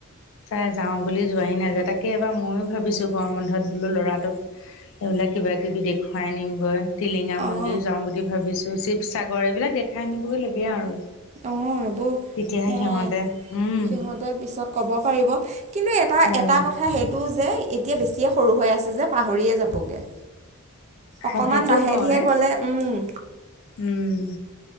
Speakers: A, on the left; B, on the right.
A: চাই যাওঁ বুলি যোৱাই নাযায় তাকে এবাৰ ময়ো ভাবিছো গঁৰম বন্ধত বোলো ল'ৰাটোক এইবিলাক কিবা কিবি দেখুৱাই আনিমগৈ। টিলিঙা
B: অঁ
A: মন্দিৰ যাম বুলি ভাবিছো শিৱসাগৰ এইবিলাক দেখাই আনিবগে লাগে আৰু।
B: অ এইবোৰ
A: তেতিয়াহে
B: হে
A: সিহঁতে উম
B: সিহঁতে পিছত কব পাৰিব কিন্তু এ এটা
A: পাৰে
B: এটা কথা সেইটো যে এতিয়া বেছিয়ে সৰু হৈ আছে যে পাহৰিয়ে যাবগে অকমান
A: অ সেইটো
B: লাহে
A: হয়
B: ধীয়ে গলে, উম
A: উম,